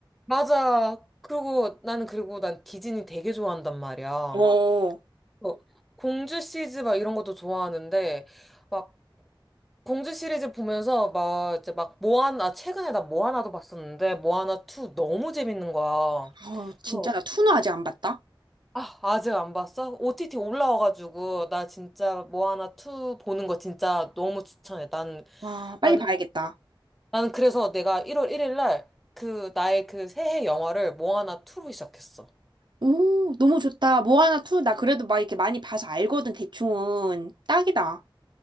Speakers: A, in the centre; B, on the right (about 60°).
A: 맞아. 그리고 나는 그리고 난 디즈니 되게 좋아한단 말이야.
B: 어, 어.
A: 뭐 공주 시리즈 막 이런 것도 좋아하는데 막 공주 시리즈 보면서 막 이제 막 모아나 최근에 나 모아나도 봤었는데 모아나 2 너무 재밌는 거야.
B: 아, 진짜
A: 그래서
B: 나 투는 아직 안 봤다.
A: 아, 아직 안 봤어? OTT 올라와 가지고 나 진짜 모아나 2 보는 거 진짜 너무 추천해. 난
B: 와, 빨리
A: 나는
B: 봐야겠다.
A: 나는 그래서 내가 1월 1일 날 그 나의 그 새해 영화를 모아나 2로 시작했어.
B: 오, 너무 좋다. 모아나 투 나 그래도 막 이렇게 많이 봐서 알거든, 대충은. 딱이다.